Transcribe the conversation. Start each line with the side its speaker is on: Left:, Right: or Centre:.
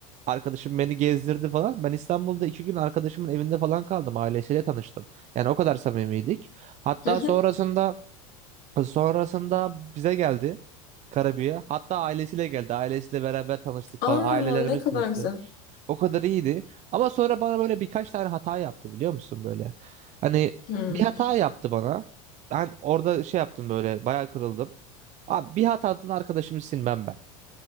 Right: Arkadaşım beni gezdirdi falan. Ben İstanbul'da iki gün arkadaşımın evinde falan kaldım. Ailesiyle tanıştım. Yani o kadar samimiydik. Hatta
Left: hı hı.
Right: sonrasında sonrasında bize geldi Karabük'e. Hatta ailesiyle geldi. Ailesiyle beraber tanıştık
Left: Aa
Right: falan. Ailelerimiz
Left: ne kadar
Right: tanıştı.
Left: güzel.
Right: O kadar iyiydi. Ama sonra bana böyle birkaç tane hata yaptı biliyor musun böyle? Hani
Left: Hı
Right: bir hata yaptı bana. Ben orada şey yaptım böyle bayağı kırıldım. Abi bir hatadan arkadaşımı silmem ben.